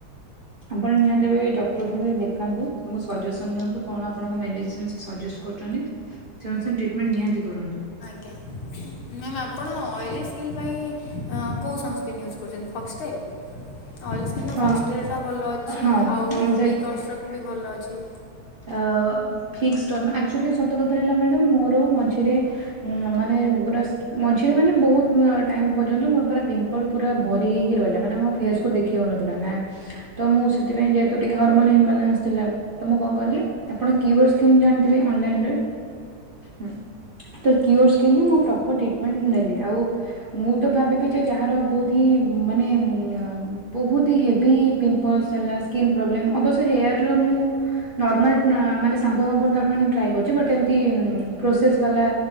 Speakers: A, on the right; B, on the left.
A: ଆପଣ ନିହାତି ଭାବେ ଡକ୍ଟର ଙ୍କୁ ବି ଦେଖାନ୍ତୁ। ତାଙ୍କ ସଜେସନ ନିଅନ୍ତୁ କଣ ଆପଣଙ୍କ ମେଡିସିନ୍ ସେ ସଜେସ୍ କରୁଛନ୍ତି। ସେ ଅନୁସାରେ ଟ୍ରିଟମେଣ୍ଟ ନିହାତି କରନ୍ତୁ।
B: ଆଜ୍ଞା ମ୍ୟାମ୍ ଆପଣ ଅଏଲି ସ୍କିନ୍ ପାଇଁ କୋଉ ସନସ୍କ୍ରିନ ୟୁଜ୍ କରୁଛନ୍ତି ଫକ୍ସଟେଲ। ଅଏଲ ସ୍କିନ୍ ତ
A: ହଁ
B: ଫକ୍ସେଲ ଟା ଭଲ ଅଛି
A: ହଁ
B: ଆଉ ଡିକନଷ୍ଟ୍ରକ୍ଟ ବି ଭଲ ଅଛି।
A: ଅ ଫିକ୍ସଟ୍ରମ୍ ଆକ୍ଚୋଲି ସତକଥା ହେଲା ମୋର ମଝିରେ ଉଁ ମାନେ ପୁରା ମଝିରେ ମାନେ ବହୁତ ଟାଇମ ପର୍ଯ୍ୟନ୍ତ ମୋର ପୁରା ପିମ୍ପଲ୍ ପୁରା ଭରି ହେଇକି ରହିଲା ମାନେ ମୋ ଫେସ୍ କୁ ଦେଖି ହଉ ନଥିଲା ନା ତ ମୁଁ ସେଥିପାଇଁ ଯେହେତୁ ଟିକେ ହରମୋନ ଇନବାଲାନ୍ସ ଥିଲା ତ ମୁଁ କ ଆପଣ କିଓର ସ୍କିନ ଜାଣିଥିବେ ଅନଲାଇନରେ, ହୁଁ। ତ କିଓର ସ୍କିନରେ ମୁଁ ପ୍ରପର ଟ୍ରିଟମେଣ୍ଟ ନେଲି ଆଉ ମୁଁ ତ ଭାବିବି ଯ ଯାହାର ବହୁତ ହି ମାନେ ବହୁତ ହି ହେଭି ପିମ୍ପଲସ ହେଲା। ସ୍କିନ୍ ପ୍ରୋବ୍ଲେମ ଅବଶ୍ୟ ହେୟାର ର ମୁଁ ନର୍ମାଲ ମାନେ ସାମ୍ପ ପାମ୍ପ ତାଠୁ ଆଣି ଟ୍ରାଏ କରିଛି, ବଟ୍ ଏମିତି ପ୍ରୋସେସ୍ ବାଲା